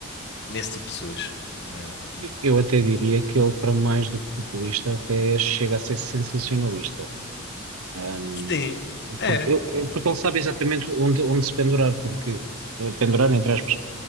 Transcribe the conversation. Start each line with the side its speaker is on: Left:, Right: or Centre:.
Left: nesse tipo de pessoas. Ah,
Right: Eu até diria que ele, para mais do que populista, até chega a ser sensacionalista. Ahm,
Left: sim, é,
Right: porque, eu- eu- porque ele sabe exatamente onde, onde se pendurar, porque, eh, pendurar, entre aspas,